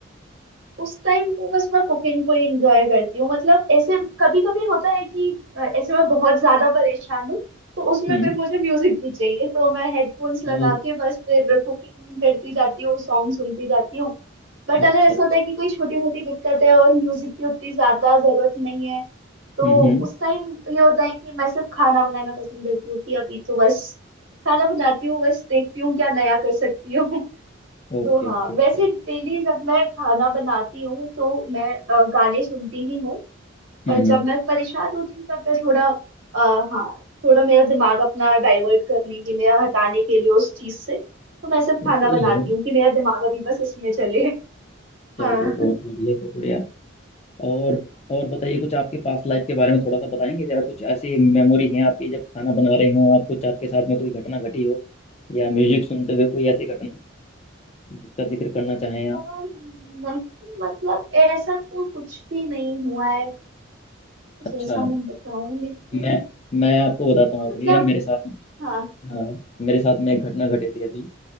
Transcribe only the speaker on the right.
उस टाइम वो बस मैं कुकिंग को ही एंजॉय करती हूँ मतलब ऐसे कभी कभी होता है कि अ, ऐसे मैं बहुत ज्यादा परेशान हूँ तो उसमें
फिर मुझे म्यूजिक भी चाहिए तो मैं हेडफोन्स लगा
के बस फिर कुकिंग करती जाती हूँ सॉन्ग सुनती जाती हूँ बट
अगर ऐसा
होता है कि कोई छोटी मोटी दिक्कत है और म्यूजिक की उतनी ज्यादा जरूरत नहीं है तो
उस टाइम ये होता है कि मैं सिर्फ खाना बनाना पसंद करती हूँ कि अभी तो बस खाना बनाती हूँ बस देखती हूँ क्या नया कर सकती हूँ
तो हाँ
वैसे डेली जब मैं खाना बनाती हूँ तो मैं अ, गाने सुनती ही हूँ
पर जब
मैं परेशान होती हूँ तब मैं थोड़ा आ, हाँ थोड़ा मेरा दिमाग अपना डाइवर्ट करने के लिए हटाने के लिए उस चीज से तो मैं सिर्फ
खाना
बनाती
हूँ कि मेरा दिमाग अभी बस इसमें चले
हाँ
अ,
नहीं मतलब ऐसा तो कुछ भी नहीं हुआ है
जैसा मैं बताऊं लेकिन
तो मतलब
हाँ